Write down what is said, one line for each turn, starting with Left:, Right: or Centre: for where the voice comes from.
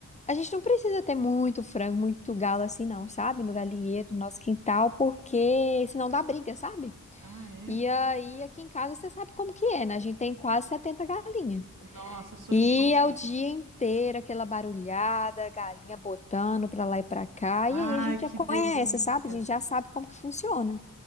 Left: A gente não precisa ter muito frango, muito galo assim, não, sabe? No galinheiro, no nosso quintal, porque senão dá briga, sabe?
Right: Ah, é?
Left: E aí, aqui em casa, você sabe como que é, né? A gente tem quase 70 galinhas.
Right: Nossa, sonho
Left: E
Right: de consumo.
Left: é o dia inteiro aquela barulhada, galinha botando pra lá e pra cá.
Right: Ai,
Left: E aí a gente
Right: que
Left: já conhece,
Right: delícia.
Left: sabe? A gente já sabe como que funciona.